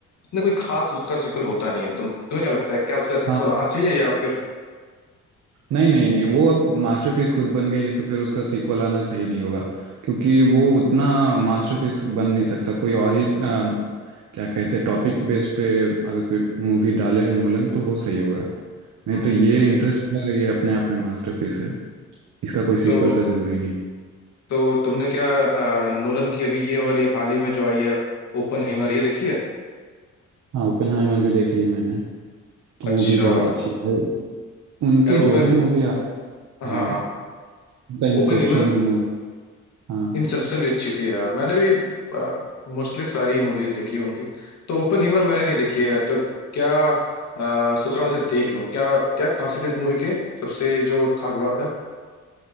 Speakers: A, on the left (about 65°); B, on the right (about 70°).
A: इतने कोई खास उसका सीक्वल होता नहीं है तुम तुम्हें क्या लगता है क्या उसका सीक्वल
B: हाँ
A: आना चाहिए या फिर
B: नहीं नहीं नहीं वो अब मास्टरपीस खुद बन गई है तो फिर उसका सीक्वल आना सही नहीं होगा क्योंकि वो उतना मास्टरपीस बन नहीं सकता कोई और ही आ, क्या कहते हैं टॉपिक बेस पे अगर कोई मूवी डाले नोलन तो वो सही होगा नहीं
A: हम्म।
B: तो ये इंटरेस्ट ये अपने आप में मास्टरपीस है इसका कोई सीक्वल
A: तो
B: का जरूरी नहीं है
A: तो तुमने क्या अ, नोलन की अभी ये वाली हाल ही में जो आई है ओपन हेमर ये देखी है
B: हाँ ओपेनहाइमर भी देख लिए मैंने तो
A: अच्छा
B: वो भी बहुत अच्छी है उनके
A: यार
B: जो
A: ओपन
B: भी मूवी आ
A: हाँ
B: हाँ
A: हाँ
B: उनका इंसेप्शन
A: ओपन
B: भी मूवी हाँ
A: इंसेप्शन भी अच्छी थी यार मैंने भी मोस्टली सारी मूवीज देखी है उनकी तो ओपन हीमर मैंने नहीं देखी है तो क्या अ, सोच रहा हूँ उसे देख लूँ क्या क्या खासियत है इस मूवी के सबसे जो खास बात है